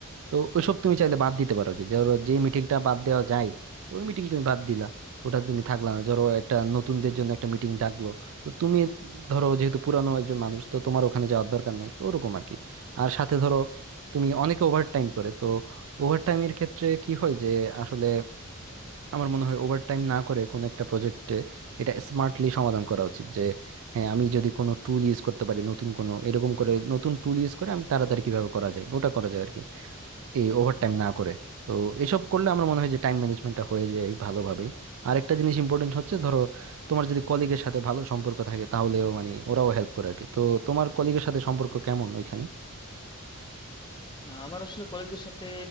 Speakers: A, on the right; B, on the left.
A: তো ওইসব তুমি চাইলে বাদ দিতে পারো আর কি ধরো যে মিটিংটা বাদ দেওয়া যায় তো ওই মিটিং তুমি বাদ দিলা ওটা তুমি থাকলা না ধরো একটা নতুনদের জন্য একটা মিটিং ডাকলো তো তুমি ধরো যেহেতু পুরানো একজন মানুষ তো তোমার ওখানে যাওয়ার দরকার নাই তো ওরকম আর কি আর সাথে ধরো তুমি অনেকে ওভার টাইম করে তো ওভার টাইমের ক্ষেত্রে কি হয় যে আসলে আমার মনে হয় ওভার টাইম না করে কোনো একটা প্রজেক্টে এটা স্মার্টলি সমাধান করা উচিত যে হ্যাঁ আমি যদি কোনো টুল ইউজ করতে পারি নতুন কোনো এরকম করে নতুন টুল ইউজ করে আমি তাড়াতাড়ি কিভাবে করা যায় ওটা করা যায় আর কি। এই ওভারটাইম না করে তো এসব করলে আমার মনে হয় যে টাইম ম্যানেজমেন্টটা হয়ে যায় ভালোভাবেই আরেকটা জিনিস ইম্পর্টেন্ট হচ্ছে ধরো তোমার যদি কলিগের সাথে ভালো সম্পর্ক থাকে তাহলেও মানে ওরাও হেল্প করে আর কি তো তোমার কলিগের সাথে সম্পর্ক কেমন ওইখানে
B: না আমার আসলে কলিগদের সাথে